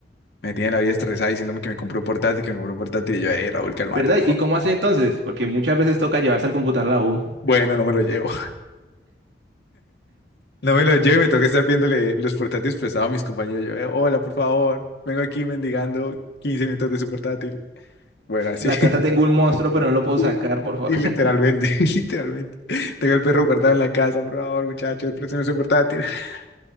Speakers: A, on the left (about 70°); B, on the right (about 90°).
A: me tiene la vida estresada diciéndome que me compré un portátil, que me compré un portátil y yo, hey, Raúl, cálmate,
B: ¿verdad?
A: por favor.
B: ¿Y cómo hace entonces? Porque muchas veces toca llevarse el computador a la U.
A: Bueno, no me lo llevo. No me lo llevo y me toca estar viéndole los portátiles prestados a mis compañeros. Yo, "Eh, hola, por favor, vengo aquí mendigando 15 minutos de su portátil. Bueno, así.
B: En la
A: <laughs>
B: casa tengo un monstruo, pero no lo puedo
A: Sí,
B: sacar, por favor.
A: sí, literalmente,
B: <laughs>
A: <laughs> literalmente. Tengo el perro guardado en la casa, por favor, muchachos, préstame su portátil. <laughs>